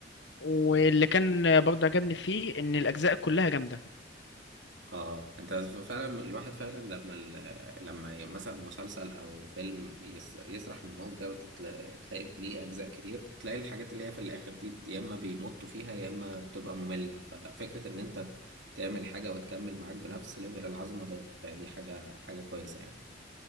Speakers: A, on the left (about 65°); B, on the right (about 70°).
A: واللي كان برضه عجبني فيه ان الاجزاء كلها جامده
B: اه انت فعلا الواحد فعلا لما ال... لما ي- مثلا مسلسل او فيلم يس... يسرح منهم كده وتلاقي تلاقي ليه اجزاء كتير تلاقي الحاجات اللي هي في الاخر دي بت... يا اما بيمطوا فيها يا اما بتبقى مملة ففكرة ان انت ت- تعمل حاجة وتكمل معاك بنفس ليفل العظمة ده فدي حاجة حاجة كويسة يعني